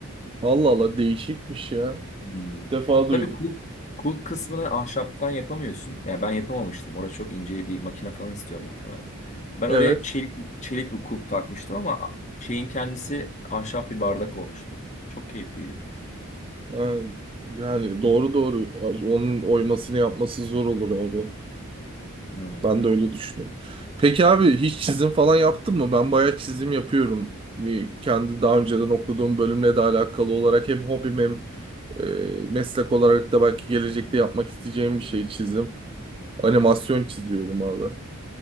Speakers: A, on the right; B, on the left.
A: Allah Allah değişikmiş ya.
B: Hmm.
A: İlk defa
B: Tabii
A: duydum.
B: kulp, kulp kısmını ahşaptan yapamıyorsun. Yani ben yapamamıştım. Orada çok ince bir makine falan istiyor muhtemelen. Ben
A: Evet.
B: oraya çelik, çelik bir kulp takmıştım ama şeyin kendisi ahşap bir bardak olmuştu. Çok keyifliydi.
A: Ha, Yani doğru doğru. Abi, Onun oymasını yapması zor olur abi.
B: Hmm.
A: Ben de öyle düşünüyorum. Peki abi hiç çizim falan yaptın mı? Ben bayağı çizim yapıyorum. Bir Kendi daha önceden okuduğum bölümle de alakalı olarak hem hobim hem e, meslek olarak da belki gelecekte yapmak isteyeceğim bir şey çizim. Animasyon çiziyorum abi.